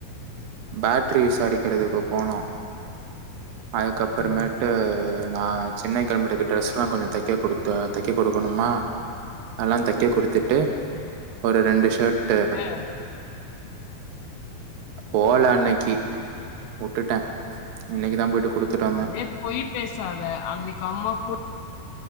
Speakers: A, on the right (about 75°); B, on the left (about 85°).
A: பேட்டரி விசாரிக்கிறதுக்கு போனோ அதுக்கப்புறமேட்டு
B: ம்
A: நா சென்னை கிளம்பறதுக்கு டிரெஸ் எல்லா கொஞ்ச தைக்க கொடுத்த தைக்க கொடுக்கணுமா எல்லாந் தைக்க குடுத்துட்டு ஒரு ரெண்டு ஷர்ட்டு
B: ஏ
A: போல அன்னைக்கி வுட்டுட்டே இன்னைக்கிதா போயிட்டு குடுத்துட்டு வந்தே
B: அப்டியே பொய் பேசாத அன்னைக்கி அம்மா கூ